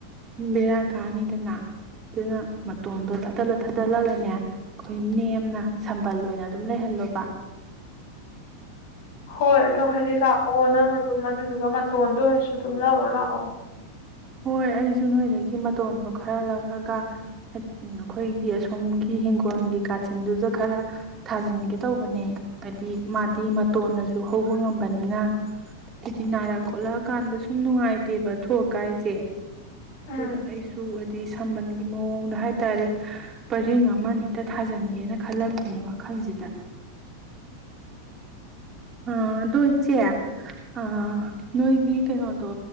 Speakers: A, on the right (about 25°); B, on the left (about 50°).
A: ꯕꯦꯔꯥ ꯀꯥꯅꯤꯗꯅ ꯑꯗꯨꯅ ꯃꯇꯣꯟꯗꯣ ꯊꯥꯗꯠꯂ ꯊꯥꯗꯠꯂꯒꯅꯦ ꯑꯩꯈꯣꯏ ꯅꯦꯝ ꯁꯝꯕꯜ ꯑꯣꯏꯅ ꯑꯗꯨꯝ ꯂꯩꯍꯜꯂꯣꯕ
B: ꯍꯣꯏ ꯑꯗꯣ ꯍꯧꯖꯤꯛ ꯂꯥꯛꯑꯣ ꯅꯪ ꯑꯗꯨꯝ ꯑꯗꯨꯗꯨꯒ ꯃꯇꯣꯟꯗ ꯑꯣꯏꯔꯁꯨ ꯑꯗꯨꯝ ꯂꯧꯥꯛꯑꯣꯣ ꯂꯥꯛꯑꯣ
A: ꯍꯣꯏ ꯑꯩꯁꯨ ꯅꯣꯏꯗꯒꯤ ꯃꯇꯣꯟꯗꯣ ꯈꯔ ꯂꯧꯔꯒ ꯑꯩꯈꯣꯏꯒꯤ ꯑꯁꯣꯝꯒꯤ ꯍꯤꯡꯒꯣꯜꯒꯤ ꯀꯥꯆꯤꯟꯗꯨꯗ ꯈꯔ ꯊꯥꯖꯤꯟꯒꯦ ꯇꯧꯕꯅꯦ ꯍꯥꯏꯗꯤ ꯃꯥꯗꯤ ꯃꯇꯣꯟꯅꯁꯨ ꯍꯧꯕ ꯉꯝꯕꯅꯤꯅ ꯍꯥꯏꯗꯤ ꯅꯥꯔꯛ ꯈꯣꯠꯂꯛꯑꯀꯥꯟꯗ ꯁꯨꯝ ꯅꯨꯡꯉꯥꯏꯇꯦꯕ ꯊꯣꯛꯀ ꯀꯥꯏꯖꯦ
B: ꯎꯝ
A: ꯑꯗꯨꯅ ꯑꯩꯁꯨ ꯁꯝꯕꯟꯒꯤ ꯃꯑꯣꯡꯗ ꯍꯥꯏꯇꯥꯔꯦ ꯄꯔꯤꯡ ꯑꯃ ꯑꯅꯤꯇ ꯊꯥꯖꯤꯟꯒꯦꯅ ꯈꯜꯂꯝꯃꯤꯅꯤ ꯋꯥꯈꯜꯁꯤꯗ ꯑ ꯑꯗꯨꯗꯣ ꯏꯆꯦ ꯑ ꯅꯣꯏꯒꯤ ꯀꯩꯅꯣꯗꯣ